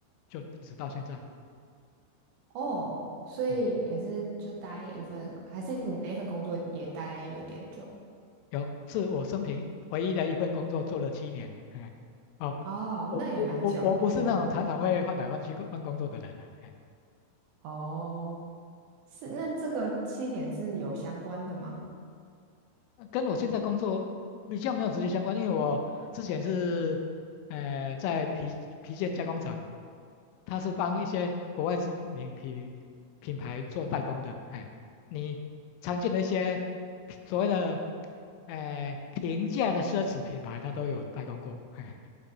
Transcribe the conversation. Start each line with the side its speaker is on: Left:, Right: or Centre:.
Left: 就一直到现在。
Right: 哦，所以也是就待一份，
Left: 嗯，
Right: 还是你那份工作也待有点久？
Left: 有是我生平唯一的一份工作做了七年。哎，哦，
Right: 哦，
Left: 我我我我不是那种常常会换来换去换工作的人呢啊。
Right: 那也蛮久的，对，
Left: 哎
Right: 哦，是，那这个七年是有相关的吗？
Left: 呃跟我现在工作比较没有直接相关，因为我之前是，呃，在皮皮件加工厂，它是帮一些国外知名品品牌做代工的。哎，你常见的一些所谓的，呃，平价的奢侈品牌，它都有代工过。哎